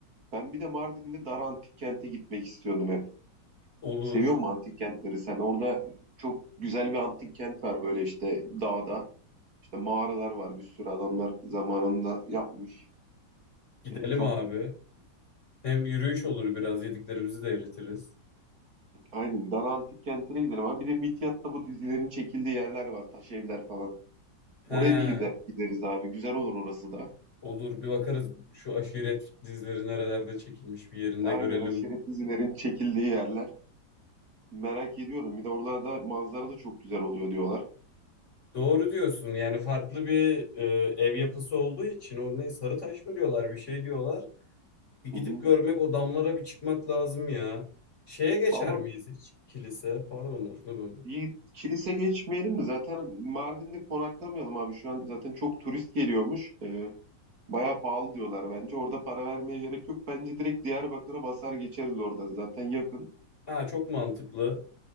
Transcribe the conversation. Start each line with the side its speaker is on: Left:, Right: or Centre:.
Right: ben bir de Mardin'de Dara Antik Kent'e gitmek istiyordum hep.
Left: Olur.
Right: Seviyor musun antik kentleri sen? Orada çok güzel bir antik kent var böyle işte dağda. İşte mağaralar var. Bir sürü adamlar zamanında yapmış.
Left: Gidelim
Right: E, çok
Left: abi. Hem yürüyüş olur biraz yediklerimizi de eritiriz.
Right: Aynen. Dara Antik Kenti'ne gidelim abi. Bir de Midyat'ta bu dizilerin çekildiği yerler var. Taş evler falan. Oraya
Left: He
Right: bir gider, gideriz abi. Güzel olur orası da.
Left: olur bir bakarız şu aşiret dizileri nerelerde çekilmiş bir yerinde
Right: Aynen
Left: görelim.
Right: aşiret dizilerin çekildiği yerler. Merak ediyordum. Bir de oralarda manzara da çok güzel oluyor diyorlar.
Left: Doğru diyorsun yani farklı bir e, ev yapısı olduğu için o ne sarı taş mı diyorlar bir şey diyorlar. Bir gidip
Right: Hı hı.
Left: görmek, o damlara bir çıkmak lazım ya. Şeye geçer
Right: Ama
Left: miyiz hiç? Kilise. Pardon lafını böldüm.
Right: bir kilise geçmeyelim de zaten Mardin'de konaklamayalım abi. Şu an zaten çok turist geliyormuş. Ee, bayağı pahalı diyorlar bence. Orada para vermeye gerek yok. Bence direkt Diyarbakır'a basar geçeriz oradan. Zaten yakın.
Left: Ha çok mantıklı.